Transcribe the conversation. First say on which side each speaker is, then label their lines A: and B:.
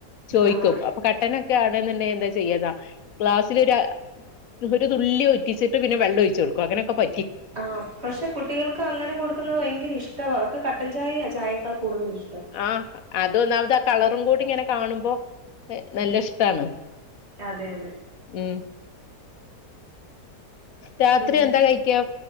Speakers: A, on the left; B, on the right.
A: ചോദിക്കും
B: ആഹ്
A: അപ്പൊ കട്ടനൊക്കെ ആണേന്നുണ്ടേൽ <unintelligible> ഗ്ലാസിൽ ഒര ഒരു തുള്ളി ഒറ്റിച്ചിട്ട് പിന്നെ വെള്ളം ഒഴിച്ചു കൊടുക്കും അങ്ങനൊക്കെ പ
B: ആ പക്ഷെ കുട്ടികൾക്ക് അങ്ങനെ കൊടുക്കുന്നത് ഭയങ്കര ഇഷ്ടവാ അവർക്ക് കട്ടൻചായയാ ചായേക്കാൾ കൂടുതൽ ഇഷ്ടം
A: ആഹ് അത് ഒന്നാമത് ആ കളറും കൂടിങ്ങനെ കാണുമ്പോ നല്ല ഇഷ്ടാണ്
B: അതെ അതെ
A: ഉം രാത്രി
B: പിന്നെ
A: എന്താ കഴിക്കുക